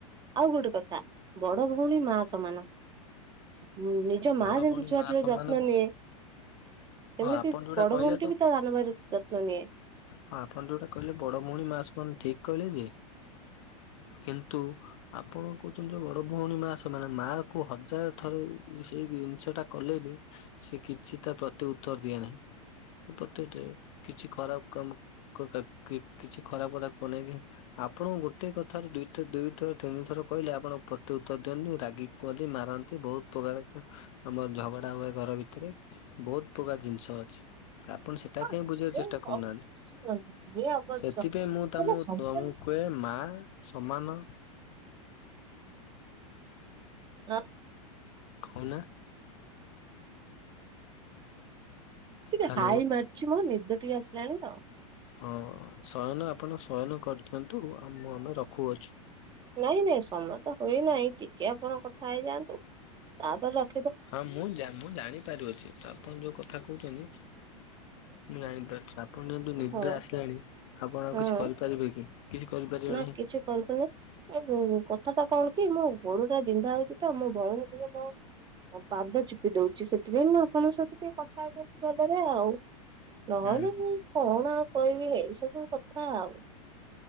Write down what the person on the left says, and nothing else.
ବଡ
ଭଉଣୀ
ମା ସମାନ
ହଁ ଆପଣ ଯୋଉଟା
କହିଲେ
ତ
ହଁ ଆପଣ ଯୋଉଟା କହିଲେ ବଡ ଭଉଣୀ ମା ସମାନ ଠିକ୍ କହିଲେ ଯେ, କିନ୍ତୁ ଆପଣ କହୁଛନ୍ତି ଯୋଉ ବଡ ଭଉଣୀ ମା ସମାନ ମା କୁ ହଜାରେ ଥରେ ସେହି ଜିନିଷ ଟା କଲେ ବି ସେ କିଛି ତା ପ୍ରତି ଉତ୍ତର ଦିଏ ନାହିଁ ପ୍ରତି କିଛି ଖରାପ କ-କ-କିଛି ଖରାପ କଥା କୁହନ୍ତି କି ଆପଣ ଗୋଟେ କଥାରେ ଦଥ ଦୁଇଥର ତିନି ଥର କହିଲେ ଆପଣ ପ୍ରତି ଉତ୍ତର ଦିଅନ୍ତି ରାଗି କୁହନ୍ତି ମାରନ୍ତି ବହୁତ ପ୍ରକାର ଆମର ଝଗଡା ହୁଏ ଘର ଭିତରେ ବହୁତ ପ୍ରକାର ଜିନିଷ ଅଛି। ଆପଣ ସେଟାକୁ
କାହିଁକି ବୁଝିବାକୁ
ଚେଷ୍ଟା କରୁନାହାନ୍ତି।
ସେଥିପାଇଁ ମୁଁ ତମ
ତମକୁ କୁହେ ମା ସମାନ
ହଁ ନା।
ହ୍ୟାଲୋ
ହଁ ଶୟନ ଆପଣ ଶୟନ କରିଥାନ୍ତୁ ମୁଁ ଆମେ ରଖୁଅଛୁ।
ହଁ ମୁଁ ମୁଁ ଜାଣିପାରୁଅଛି ତ ଆପଣ ଯୋଉ କଥା କହୁଛନ୍ତି। ମୁଁ ଜାଣି ପାରୁଛି ସାବ୍ ଆପଣ ଯେହନ୍ତୁ ନିଦ୍ରା
ଆସିଲାଣି ଆପଣ ଆଉ
କିଛି କରିପାରିବେ କି? କିଛି କରିପାରିବେ
ନାହିଁ।
ହୁଁ।